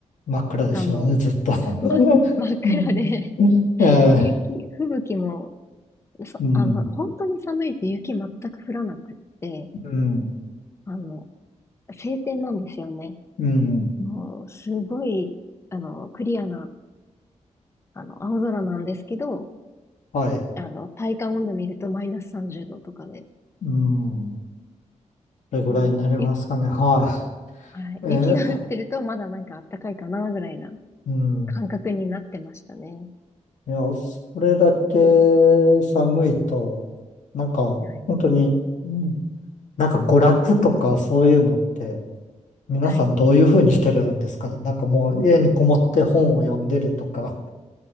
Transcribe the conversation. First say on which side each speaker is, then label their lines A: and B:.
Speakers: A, on the left (about 75°); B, on the left (about 20°).
A: 真っ暗でしょうね、
B: あの、
A: ずっと。<laughs>
B: ま、真っ暗で
A: うん
B: <laughs>
A: ええ、
B: 雪、吹雪も、そ、
A: うん、
B: あの、本当に寒いと雪全く降らなくって、
A: うん。
B: あの、晴天なんですよね。
A: うん。
B: もう、すごい、あの、クリアな、あの、青空なんですけど、
A: はい。
B: あの、体感温度見るとマイナス30度とかで、
A: うん。それぐらいになりますかね。
B: もう、ゆ、
A: は
B: はい、
A: い。え、
B: 雪が降ってるとまだなんか暖かいかな、ぐらいな
A: うん。
B: 感覚になってましたね。
A: いや、それだけ寒いと、なんか、
B: はい。
A: 本当に、うんなんか娯楽とかそういうのって、皆さんどういうふうにしてるんですかね。
B: はい。
A: なんかもう家にこもって本を読んでるとか、